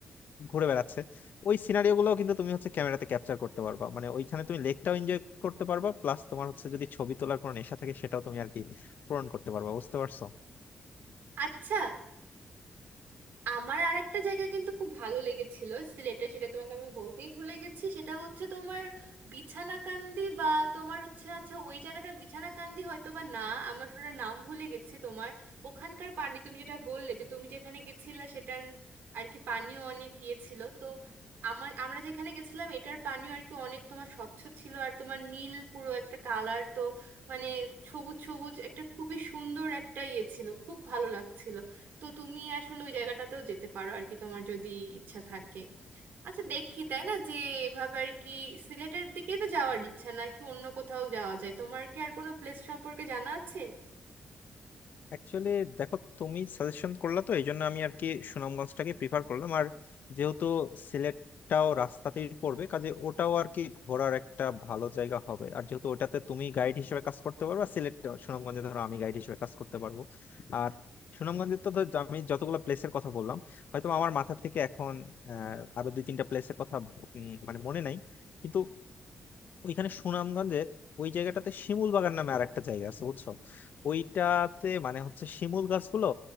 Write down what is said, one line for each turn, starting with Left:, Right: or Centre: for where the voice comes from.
Left: ঘুরে বেড়াচ্ছে ওই সিনারিও গুলো কিন্তু তুমি হচ্ছে ক্যামেরাতে ক্যাপচার করতে পারবা মানে ওইখানে তুমি লেকটাও এনজয় করতে পারবা প্লাস তোমার হচ্ছে যদি ছবি তোলার কোনো নেশা থাকে সেটাও তুমি আর কি পূরণ করতে পারবা বুঝতে পারছো
Right: আচ্ছা আমার আর একটা জায়গা কিন্তু খুব ভালো লেগেছিল সিলেটে সেটা তোমাকে আমি বলতেই ভুলে গেছি সেটা হচ্ছে তোমার বিছানাকান্দি বা তোমার হচ্ছে আচ্ছা ওই জায়গাটা বিছানাকান্দি হয়তো বা না আমি আসলে ওটার নাম ভুলে গেছি তোমার ওখানকার পানি তুমি যেটা বললে যে তুমি যেখানে গেছিলে সেটার আর কি পানিও অনেক ইয়ে ছিল তো আমার আমরা যেখানে গেছিলাম এটার পানিও আর কি অনেক তোমার স্বচ্ছ ছিল আর তোমার নীল পুরো একটা কালার তো মানে সবুজ সবুজ একটা খুবই সুন্দর একটা ইয়ে ছিল খুব ভালো লাগছিল তো তুমি আসলে ওই জায়গাটাতেও যেতে পারো আর কি তোমার যদি ইচ্ছা থাকে আচ্ছা দেখি তাই না যে এভাবে আর কি সিলেটের দিকেই তো যাওয়ার ইচ্ছা নাকি অন্য কোথাও যাওয়া যায় তোমার কি আর কোনো প্লেস সম্পর্কে জানা আছে
Left: অ্যাকচুয়ালি দেখো তুমি সাজেশন করলা তো এই জন্য আমি আর কি সুনামগঞ্জটাকে প্রিফার করলাম আর যেহেতু সিলেটটাও রাস্তাতেই পড়বে কাজে ওটাও আর কি ঘোরার একটা ভালো জায়গা হবে আর যেহেতু ওটাতে তুমি গাইড হিসেবে কাজ করতে পারবে আর সিলেট সুনামগঞ্জে ধরো আমি গাইড হিসেবে কাজ করতে পারবো আর সুনামগঞ্জে তো ধর আমি যতগুলো প্লেসের কথা বললাম হয়তো আমার মাথা থেকে এখন আহ আরো দুই তিনটা প্লেসের কথা উম, মানে মনে নাই কিন্তু ওইখানে সুনামগঞ্জের ওই জায়গাটাতে শিমুল বাগান নামে আর একটা জায়গা আছে বুঝছো ওইটাতে মানে হচ্ছে শিমুল গাছগুলো